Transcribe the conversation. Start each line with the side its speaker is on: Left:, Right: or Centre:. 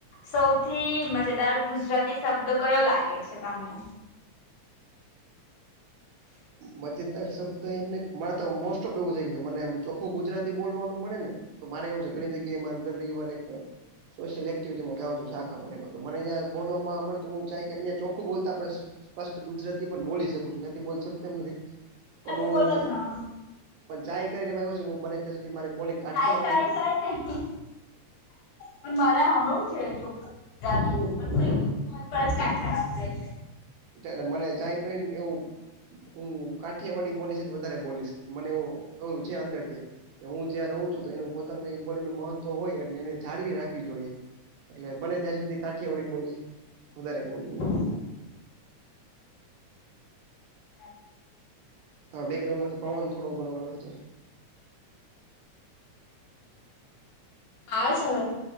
Left: સૌથી મજેદાર ગુજરાતી શબ્દ કયો લાગે છે તમને.
Right: મજેદાર શબ્દ એમને મા તો મોસ્ટ ઓફ એવું છે કે મનેમ. ચોખ્ખું ગુજરાતી બોલવાનું મળે ને તો મારે એવું છે ઘણી જગ્યાએ માર રવિવાર. સોશિયલ એક્ટિવિટીમાં જાઉ છું શાખા મનેયા બોલવામાંું હું કેહીયા ચખું બોલતા પડ. સ્પષ્ટ ગુજરાતી પણ બોલી શકું છું નથી બોલકું. પણ હ
Left: આ તો બોલો જ મામા
Right: પણ ચાય કરીને એવું છે બને ત્યાં સુધી મારી બોલી. કાઠિયાવાડી
Left: થાય થાય થાય નહી પણ મારે સાંભળું છે ચો. ગાદી
Right: શું
Left: પણ થોડી કચ થવા એટલે.
Right: એટલે મને જાય કરીને એવું. હું કાઠિયાવાડી બોલીશ વધારે બોલીશ મને એવું એું છે અંદરથી. કે હું જ્યાં રહું છું તો એનું. પોતાનું કઈ બોલીનું મહત્વ હોય એટ એને જાળવી રાખવી જોઈએ એટલે બને ત્યાં સુધી. કાઠિયાવાળી બોલી વધારે બોલીએ.
Left: હ. એટલે.
Right: ત બેકગ્રાઉન્ડ માંથી પવન થોડો ઘો આવે છે.
Left: આવે છે હવે.